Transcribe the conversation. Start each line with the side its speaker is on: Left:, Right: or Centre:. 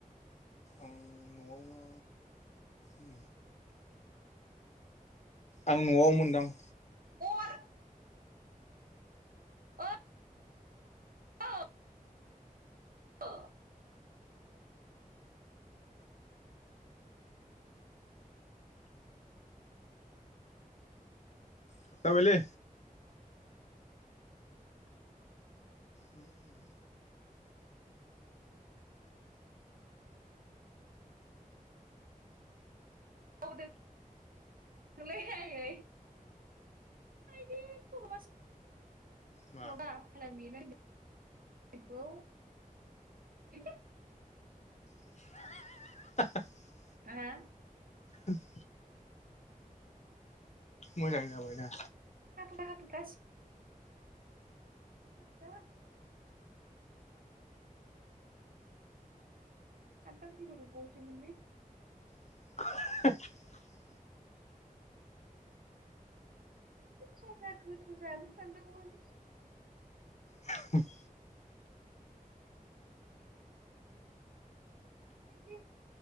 Left: आं न'आवनो उम। आं न'आव मोनदां।
Right: अर। ओ औ अ <unintelligible>
Left: थाबथाबाय लै। उम उम।
Right: औ <unintelligible> मावदों लै आइयै आइदै खर'आ <unintelligible>
Left: मा
Right: बेखौ <unintelligible>
Left: <unintelligible>
Right: हा?
Left: उ <inaudible> मोजां जाबाय दा।
Right: दा आमफाय द <inaudible> खानथाल बेगर बावसो मोनलै।
Left: <unintelligible>
Right: जेब्ला गोथाव जानो सानदोंमोन
Left: ह <unintelligible>
Right: दे <unintelligible>